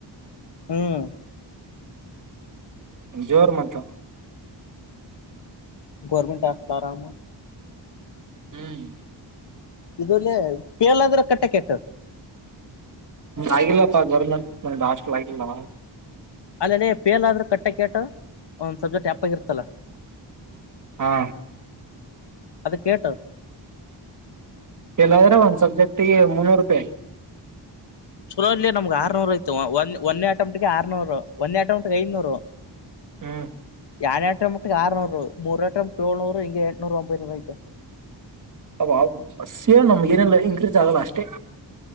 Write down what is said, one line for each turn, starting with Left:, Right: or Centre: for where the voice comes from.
Left: ಹ್ಮ್
Right: ಜೋರ್ ಮತ್ತ
Left: ಗೌರ್ಮೆಂಟ್ ಹಾಸ್ಟೆಲ್ ಆರಾಮ
Right: ಹ್ಮ್
Left: ಇದುಲ್ಲೇ ಕೇಳಾದ್ರ ಕಟ್ಟೆ ಕೆಟ್ಟ
Right: ಆಗಿಲ್ಲಪ್ಪ ಗೌರ್ಮೆಂಟ್ ಹಾಸ್ಟೆಲ್ ಆಗಿಲ್ಲ
Left: ಅಲ್ಲ ಪೇಲ್ ಆದ್ರೂ ಕಟ್ಟೆ ಕೇಟ್ಟ ಒಂದ್ ಸಬ್ಜೆಕ್ಟ್ ಯಪ್ಪಾಗಿರ್ತಲ್ಲ
Right: ಹಾ
Left: ಅದಕ್ಕೆ ಎಷ್ಟು
Right: ಇಲ್ಲಾದ್ರೆ ಒಂದ್ ಸಬ್ಜೆಕ್ಟ್ಗೆ ಮುನ್ನೂರು ರೂಪಾಯಿ
Left: ಚಲೋ ನಮ್ಗ್ ಆರ್ನೂರು ಐತ ಒಂದೇ ಅಟೆಂಪ್ಟ್ಗೆ ಆರ್ನೂರು ಒಂದೇ ಅಟೆಂಟ್ಗೆ ಐದನೂರು
Right: ಹ್ಮ್
Left: ಅಟೆಂಪ್ಟ್ ಆರುನೂರು ಮೂರ್ ಅಟೆಂಪ್ಟ್ ಏಳ್ನೂರು ಹಂಗೆ ಎಂಟುನೂರ ಒಂಬೈನೂರು ಐತೆ
Right: <unintelligible> ನಮ್ಗ ಏನೆಲ್ಲ ಇನ್ಕ್ರೀಸ್ ಆಗಲ್ಲ ಅಷ್ಟೇ